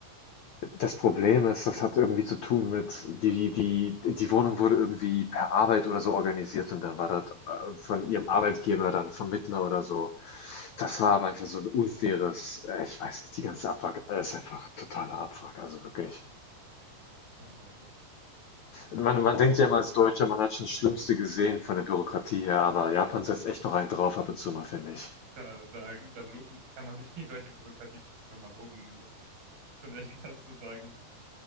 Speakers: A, on the left; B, on the right.
A: Das Problem ist, das hat irgendwie zu tun mit die die die Wohnung wurde irgendwie per Arbeit oder so organisiert und dann war das, äh, von ihrem Arbeitgeber dann Vermittler oder so. Das war aber einfach so ein unfaires äh, ich weiß nicht, die ganze Abfuck äh, ist einfach totaler Abfuck, also wirklich.
B: Oh mein Gott, das
A: Man
B: ist ja
A: man
B: richtig.
A: denkt ja mal als Deutscher, man hat schon das Schlimmste gesehen von der Bürokratie her, aber Japan setzt echt noch einen drauf ab und zu mal, finde ich.
B: Da, da, da lo- kann man sich die deutsche Bürokratie nochmal loben. Das ist schon echt krass zu sagen.